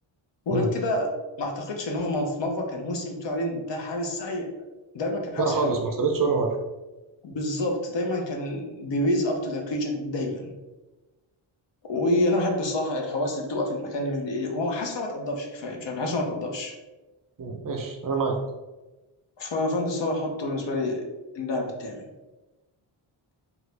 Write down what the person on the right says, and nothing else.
مم.
لا خالص
ما حصلتش ولا مره
مم. ماشي انا معاك